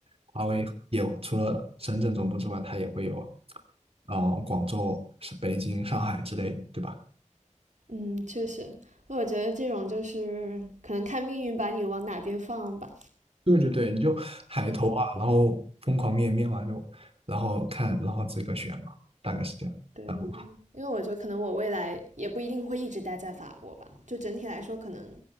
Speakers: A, on the right; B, on the right.
A: 华为也除了深圳总部之外，它也会有，嗯，广州、是北京、上海之类的，对吧？
B: 嗯，确实，我觉得这种就是可能看命运把你往哪边放吧。
A: 对对对，你就 <laughs> 海投啊，
B: 嗯，
A: 然后疯狂面面完就，然后看，然后这个选嘛，大概是这样。
B: 对对，
A: 然后
B: 因为我觉得可能我未来也不一定会一直待在法国吧，就整体来说，可能